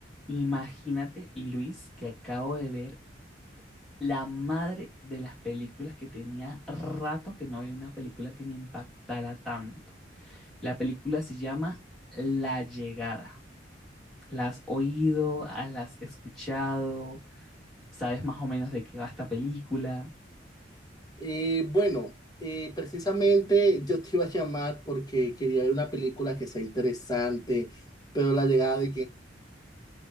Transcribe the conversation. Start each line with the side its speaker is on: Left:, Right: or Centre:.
Centre: Imagínate, Luis, que acabo de ver la madre de las películas que tenía rato que no había una película que me impactara tanto. La película se llama La Llegada. ¿La has oído? ah, ¿La has escuchado? ¿Sabes más o menos de qué va esta película?
Left: Eh, bueno, eh, precisamente yo te iba a llamar porque quería ver una película que sea interesante, pero la llegada de que